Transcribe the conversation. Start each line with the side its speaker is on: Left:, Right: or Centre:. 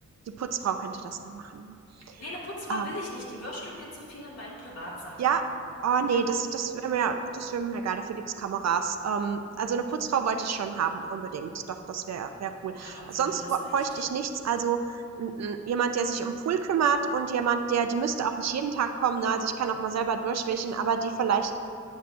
Right: die Putzfrau könnte das dann machen, ne?
Left: Nee, eine Putzfrau
Right: Ähm,
Left: will ich nicht. Die würstelt mir zu viel in meinen Privatsachen
Right: ja,
Left: rum.
Right: oh nee,
Left: Ja.
Right: das das wäre mir das wäre mir egal, dafür gibt's Kameras. Ähm, also eine Putzfrau wollte ich schon haben, unbedingt. Doch, das wäre wäre cool.
Left: Ja, obwohl,
Right: Sonst
Left: hast
Right: wo
Left: recht.
Right: bräuchte ich nichts, also 'n 'n jemand, der sich um Pool kümmert und jemand, der die müsste auch nicht jeden Tag kommen, ne? Also, ich kann auch mal selber durchwischen, aber die vielleicht